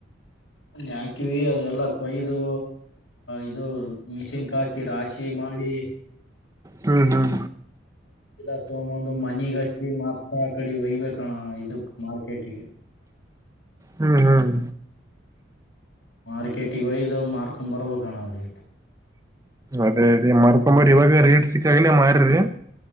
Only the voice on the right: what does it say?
ಹ್ಮ್ ಹ್ಮ್
ಹ್ಮ್ ಹ್ಮ್ ಹ್ಮ್
ಅದೇ ಅದೇ ಮರ್ಕೊಂಬೇಡ್ರ ಇವಾಗ ರೇಟ್ ಸಿಕ್ಕಾಗಲ ಮಾರರಿ